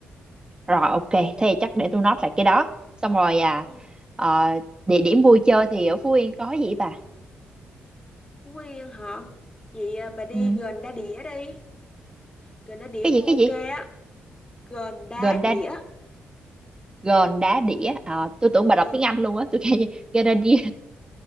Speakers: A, on the right (about 20°); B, on the left (about 25°).
A: Rồi ok, thế thì chắc để tôi note lại cái đó. Xong rồi à
B: ừ,
A: ờ, địa điểm vui chơi thì ở Phú Yên có gì vậy bà?
B: quen hả vậy à, bà đi
A: Ừ,
B: gần đá đĩa đi gần đá đĩa
A: cái gì
B: cũng ok
A: cái gì?
B: á gần đá
A: Gòn đá
B: đĩa
A: Gòn đá đĩa. Ờ, tôi tưởng bà
B: ừ
A: đọc tiếng Anh luôn á, tôi kêu gòn đá đĩa.